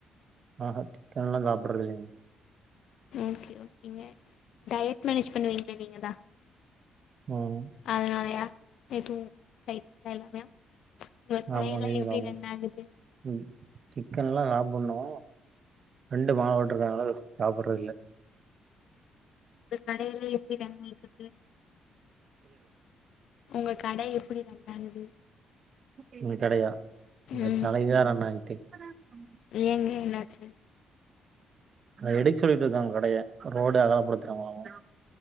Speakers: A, on the right; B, on the left.
A: ஆஹ்ஹா சிக்கன் எல்லா சாப்பிடறது இல்லீங்
B: ஓகே ஓகேங்க டயட் மேனேஜ் பண்ணுவீங்கள்ள நீங்கதா
A: ம்
B: அதனாலயா நேத்து உ நைட் எல்லாமயா நற்பனைய
A: ஆமா
B: எல்லா
A: இதுங்க
B: எப்படி
A: ஆமா
B: ரன் ஆகுது
A: ம் சிக்கன் எல்லா சாப்பிடனு பிரெண்டு மால போட்டுருக்கான்ல்ல அத சாப்பிடறது இல்ல
B: கடையிலயே எப்படி <unintelligible> உங்கள் கடை எப்டி ரன் ஆகுது
A: என்ன கடையா <unintelligible>
B: ம்
A: ஆயிட்டே <unintelligible>
B: ஏங்க என்னாச்சு
A: எடுக்க சொல்லிட்டு இருக்காங்க கடைய ரோடு அகலப்படுத்துறாங்களாமா